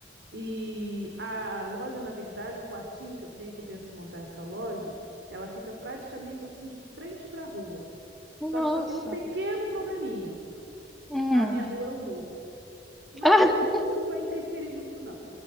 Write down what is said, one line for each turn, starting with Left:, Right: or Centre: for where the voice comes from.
Right: E a loja, na verdade, o quartinho que eu tenho, que eu penso em montar essa loja, ela fica praticamente assim de frente para a rua.
Centre: Nossa.
Right: Só que só tem um pequeno probleminha.
Centre: Hum.
Right: A minha rua é um morro. Mas
Centre: <laughs> Ah,
Right: eu acho que isso não vai interferir muito, não,